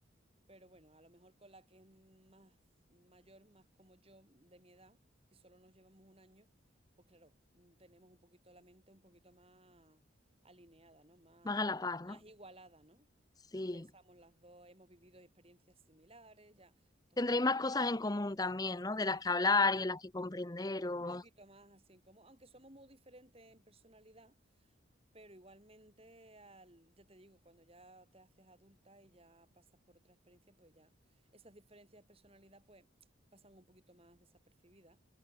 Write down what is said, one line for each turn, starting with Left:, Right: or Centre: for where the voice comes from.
Right: Pero bueno, a lo mejor con la que es más mayor, más como yo, de mi edad, que solo nos llevamos un año, pues claro, mm, tenemos un poquito la mente un poquito más alineada, ¿no? Más,
Left: Más a la par,
Right: más
Left: ¿no?
Right: igualada, ¿no? Mm,
Left: Sí.
Right: Pensamos las dos, hemos vivido experiencias similares, ya, entonces
Left: Tendréis
Right: ya
Left: más
Right: como
Left: cosas
Right: que
Left: en común también, ¿no?
Right: sí,
Left: De las que
Right: un poquito,
Left: hablar y de las que comprender o...
Right: un poquito más así como, aunque somos muy diferentes en personalidad, pero igualmente, al, ya te digo, cuando ya te haces adulta y ya pasas por otra experiencia, pues ya esas diferencias de personalidad pues pasan un poquito más desapercibidas